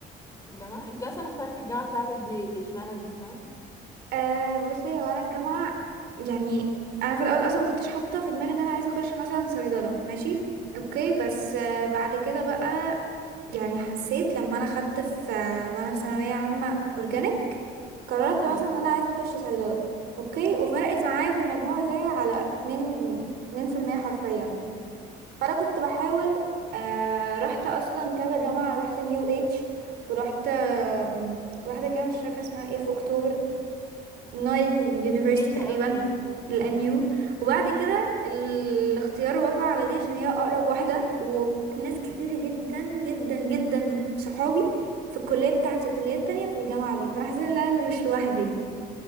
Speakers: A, on the left (about 20°); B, on the right (about 80°).
A: الجامعه انتي اصلا اخترتي الجامعه بتاعتك دي اشمعنى دي فاهمه
B: أه بصي هو انا الجامعة يعني انا في الاول اصلا مكنتش حاطة في دماغي ان انا عايزة اخش مثلا صيدلة ماشي اوكي بس آه، بعد كده بقى يعني حسيت لما انا خدت في آه، وانا في ثانوية عامة اورجانيك قررت مثلا
A: م.
B: ان انا عايزة اخش صيدلة اوكي وفرقت معايا في المجموع بتاعي على اتنين اتنين في المية حرفيا فانا كنت بحاول آه رحت اصلا كذا جامعه رحت اليو اتش ورحت آم، واحده كده مش فاكره اسمها ايه في اكتوبر نايل يونيفرسيتي
A: بعيدة
B: تقريبا
A: أوي يعني
B: الان يو وبعد كده الاختيار وقع على دي عشان هي اقرب واحده وناس كتير جدا جدا جدا صحابي في الكليه بتاعتي كليات تانية في الجامعه دي فانا حسيت ان انا مش لوحدي